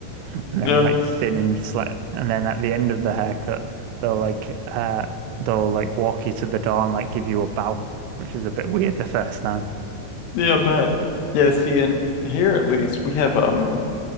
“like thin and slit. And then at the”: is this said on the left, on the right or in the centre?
Right